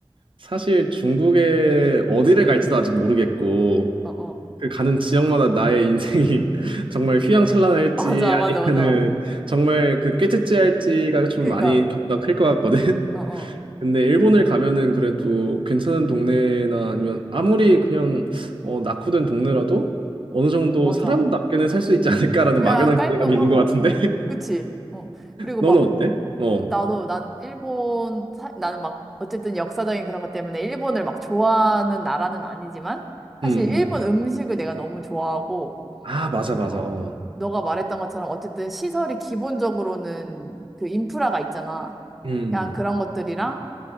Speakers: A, on the right; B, in the centre.
A: 사실 중국에 어디를 갈지도 아직 모르겠고
B: 어, 어.
A: 그 가는 지역마다 나의 인생이 <laughs> 정말 휘황찬란할지
B: 맞아,
A: 아니면은
B: 맞아, 맞아.
A: 정말 그 꾀째째할지가 좀
B: 그러니까,
A: 많이 격차가 클 것 같거든.
B: 어, 어,
A: 근데 일본을 가면은 그래도 괜찮은 동네나 아니면 아무리 그냥 어, 낙후된 동네라도 어느 정도
B: 맞아.
A: 사람답게는 살 수 있지 않을까라는
B: 그냥
A: 막연한
B: 깔끔하고,
A: 기대감이 있는 것 같은데 <laughs>
B: 그치? 어. 그리고
A: 너는
B: 막,
A: 어때? 어, 음,
B: 나도, 난 일본, 사, 나는 막, 어쨌든 역사적인 그런 것 때문에 일본을 막 좋아하는 나라는 아니지만, 사실
A: 음,
B: 일본
A: 음.
B: 음식을 내가 너무 좋아하고,
A: 아, 맞아, 맞아.
B: 어,
A: 어,
B: 어. 너가 말했던 것처럼 어쨌든 시설이 기본적으로는 그 인프라가 있잖아.
A: 음,
B: 그냥 그런
A: 음.
B: 것들이랑,